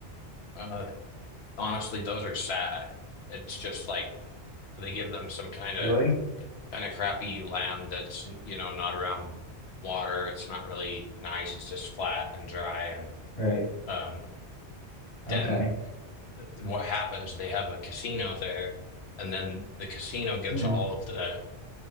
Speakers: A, on the left; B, on the left.
A: Uh, honestly, those are sad. It's just like they give them some kind
B: really?
A: of kind of crappy land that's, you know, not around water. It's not really nice. It's just flat and dry. And
B: Right.
A: um,
B: Okay.
A: then th- th- what happens? They have a casino there, and then the casino gives
B: Hmm.
A: all of the